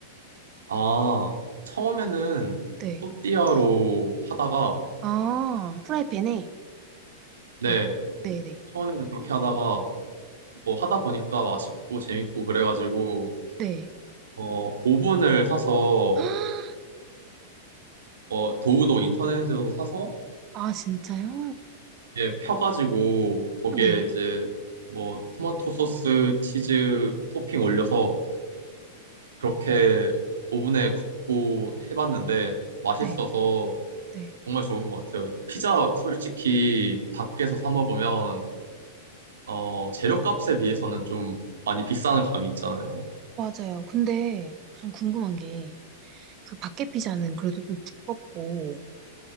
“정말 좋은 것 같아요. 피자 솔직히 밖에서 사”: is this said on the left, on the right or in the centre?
Right